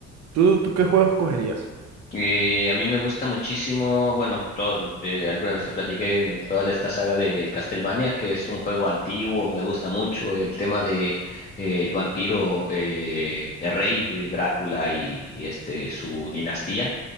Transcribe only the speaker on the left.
Eh, a mí me gusta muchísimo, bueno, todo, eh, alguna vez te platiqué toda la- esta saga de Castlevania, que es un juego antiguo, me gusta mucho el tema de eh, el vampiro eh, el rey eh, Drácula y, y este su dinastía.